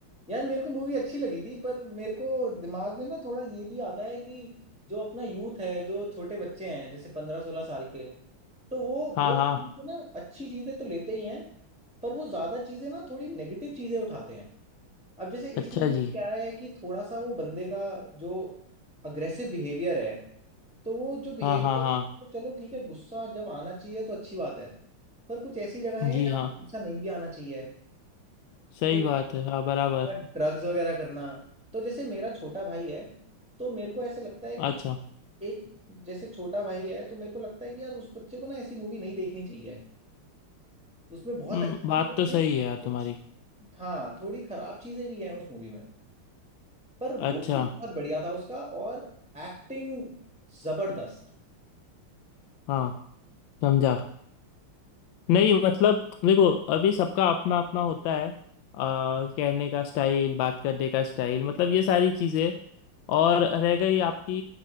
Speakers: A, in the centre; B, on the left.
A: यार मेरे को मूवी अच्छी लगी थी पर मेरे को दिमाग में ना थोड़ा ये भी आता है कि जो अपना यूथ है जो छोटे बच्चे हैं जैसे पंद्रह सोलह साल के तो वो
B: हाँ
A: वो
B: हाँ
A: ना अच्छी चीजें तो लेते ही हैं पर वो ज्यादा चीजें ना थोड़ी नेगेटिव चीजें उठाते हैं अब जैसे
B: अच्छा
A: इस मूवी में
B: जी
A: क्या है कि थोड़ा सा वो बंदे का जो अग्रेसिव बिहेवियर है तो वो जो बिहेवियर
B: हाँ हाँ हाँ
A: तो चलो ठीक है गुस्सा जब आना चाहिए तो अच्छी बात है पर कुछ ऐसी जगहें
B: जी
A: हैं जहाँ
B: हाँ
A: पे गुस्सा नहीं भी आना चाहिए
B: सही
A: फिर
B: बात है हाँ बराबर
A: ड्रग्स वगैरह करना तो जैसे मेरा छोटा भाई है तो मेरे को ऐसे लगता है कि
B: अच्छा
A: एक जैसे छोटा भाई है तो मेरे को लगता है कि यार उस बच्चे को ना ऐसी मूवी नहीं देखनी चाहिए उसमें बहुत
B: हम्म,
A: अच्छी
B: बात
A: चीजें
B: तो
A: भी
B: सही
A: हैं
B: है यार
A: थोड़ी
B: तुम्हारी
A: सी- हाँ थोड़ी खराब चीजें भी हैं उस मूवी में पर रोल
B: अच्छा
A: बहुत बढ़िया था उसका और एक्टिंग जबरदस्त
B: हाँ समझा नहीं मतलब देखो अभी सबका अपना अपना होता है आ, कहने का स्टाइल बात करने का स्टाइल मतलब ये सारी चीज़ें और रह गई आपकी